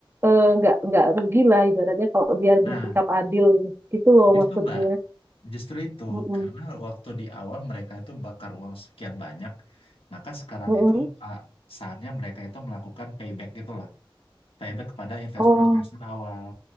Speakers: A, on the right; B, on the left.
A: eh, nggak nggak rugi lah ibaratnya kalau dia
B: Nah,
A: bersikap adil gitu loh
B: gitu
A: maksudnya.
B: Mbak. Justru itu
A: Mm-mm.
B: karena waktu di awal mereka itu bakar uang sekian banyak, maka sekarang
A: Mm-mm.
B: itu ah, saatnya mereka itu melakukan payback gitu loh. payback kepada investor-investor
A: Oh,
B: awal.